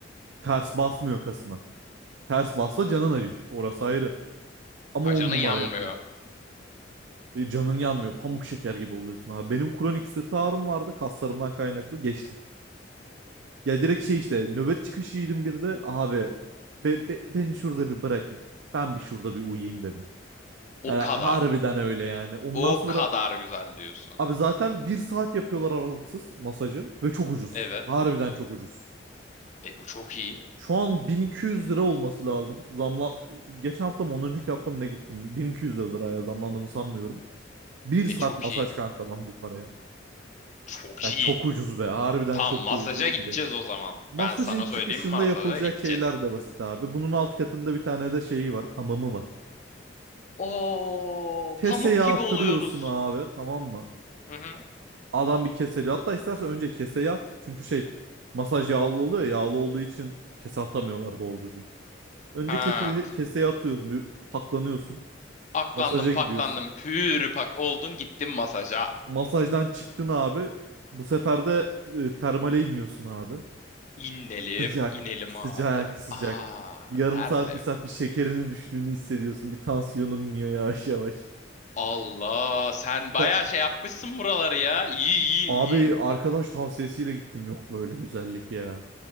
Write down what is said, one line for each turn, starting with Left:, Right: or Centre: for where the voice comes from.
Right: Ters basmıyor kasına. Ters basla canın acır. Orası ayrı. Ama
Left: Hacanın
Right: on numara
Left: yanmıyor.
Right: yapıyor. E, canın yanmıyor. Pamuk şeker gibi oluyorsun abi. Benim kronik sırt ağrım vardı. Kaslarımdan kaynaklı geçti. Ya direkt şey işte nöbet çıkışı yedim bir de. Abi be- be- beni şurada bir bırakın. Ben bir şurada bir uyuyayım dedim.
Left: O
Right: Yani
Left: kadar.
Right: harbiden öyle yani. Ondan
Left: O
Right: sonra
Left: kadar güzel diyorsun.
Right: abi zaten bir saat yapıyorlar aralıksız masajı. Ve çok ucuz.
Left: Evet.
Right: Harbiden çok ucuz.
Left: E bu çok iyi.
Right: Şu an 1200 lira olması lazım. Zamla geçen hafta mı ondan önceki hafta mı ne gittim? 1200 lira liraya zamlandığını sanmıyorum. Bir saat
Left: E çok
Right: masaj
Left: iyi.
Right: kanka lan bu paraya.
Left: Çok
Right: Ya çok
Left: iyi.
Right: ucuz be. Harbiden
Left: Tamam
Right: çok
Left: masaja
Right: da ucuz
Left: gideceğiz
Right: bir de.
Left: o zaman.
Right: Masajın
Left: Ben sana
Right: çıkışında
Left: söyleyeyim masaja
Right: yapılacak
Left: gideceğiz.
Right: şeyler de basit abi. Bunun alt katında bir tane de şeyi var. Hamamı var.
Left: Oo,
Right: Keseye
Left: pamuk
Right: attırıyorsun
Left: gibi oluyoruz.
Right: abi tamam mı?
Left: Hı hı.
Right: Adam bir keseli. Hatta istersen önce keseye at. Çünkü şey masaj yağlı oluyor ya. Yağlı olduğu için kese atamıyorlar doğru düzgün. Önce
Left: Ha,
Right: kese,
Left: t-
Right: keseye atıyorsun. Bir paklanıyorsun.
Left: aklandım
Right: Masaja
Left: paklandım
Right: gidiyorsun.
Left: pür pak oldun gittin masaja.
Right: Masajdan çıktın abi. Bu sefer de e, termale iniyorsun abi.
Left: İnelim,
Right: Sıcak,
Left: inelim
Right: sıcak,
Left: abi.
Right: sıcak.
Left: Aa,
Right: Bir yarım
Left: tertemiz.
Right: saat, bir saat bir şekerinin düştüğünü hissediyorsun. Bir tansiyonun iniyor yavaş yavaş.
Left: Allah, sen bayağı
Right: Ta-
Left: şey yapmışsın buraları ya. İyi iyi
Right: Abi
Left: iyi.
Right: arkadaş tavsiyesiyle gittim. Yok böyle güzellik ya.